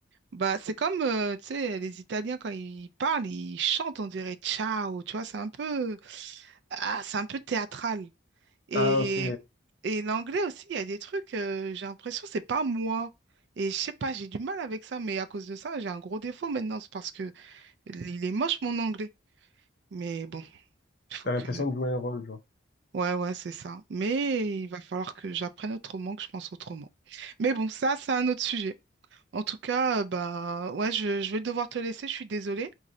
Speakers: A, on the right; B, on the left.
A: Bah, c'est comme, euh, tu sais, les Italiens, quand ils parlent, ils chantent, on dirait ciao, tu vois, c'est un peu, ah, c'est un peu théâtral. Et,
B: Ah ok,
A: et l'anglais aussi, il y a des trucs, euh, j'ai l'impression, c'est pas moi. Et je sais pas, j'ai du mal avec ça, mais à cause de ça, j'ai un gros défaut maintenant, c'est parce que il est moche, mon anglais. Mais bon, il faut
B: t'as
A: que,
B: l'impression de jouer un rôle, genre.
A: Ouais, ouais, c'est ça. Mais il va falloir que j'apprenne autrement, que je pense autrement. Mais bon, ça, c'est un autre sujet. En tout cas, euh, bah, ouais, je, je vais devoir te laisser, je suis désolée,